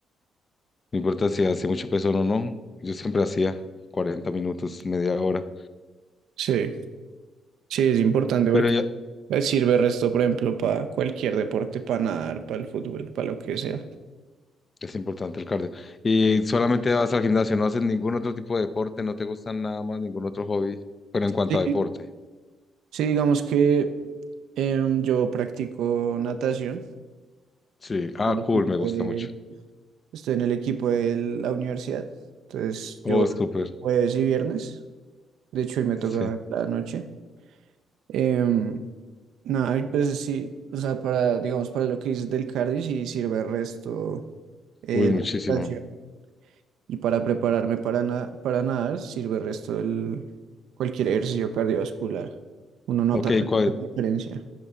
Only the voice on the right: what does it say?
Sí, sí, es importante porque
eh, sirve el resto, por ejemplo, para cualquier deporte, para nadar, para el fútbol, para lo que sea.
Sí,
sí, digamos que em, yo practico natación.
En el equipo
de-
Estoy en el equipo de la universidad. Entonces,
yo
jueves y viernes. De hecho, hoy me
toca la noche. em, No, y pues sí, o sea, para, digamos, para lo que dices del cardio, sí sirve el resto eh,
la natación. Y para prepararme para, na- para nadar, sirve el resto el, cualquier ejercicio cardiovascular. Uno nota
la
diferencia.